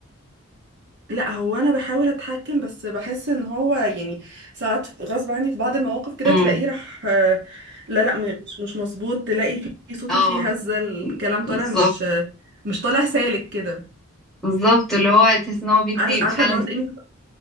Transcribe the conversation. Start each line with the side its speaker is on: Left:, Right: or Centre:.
Right: لا هو انا بحاول اتحكم بس بحس ان هو يعني ساعات غصب عني في بعض المواقف كده
Centre: امم
Right: تلاقيه راح آه، لا لا م- مش مش مظبوط تلاقي في صوتي
Centre: اه
Right: فيه هزة الكلام
Centre: بالظبط
Right: طالع مش آه، مش طالع سالك كده
Centre: بالظبط اللي هو تحس ان هو بيدي
Right: عار- عارفه
Centre: فعلا
Right: اللي هو تلاقيني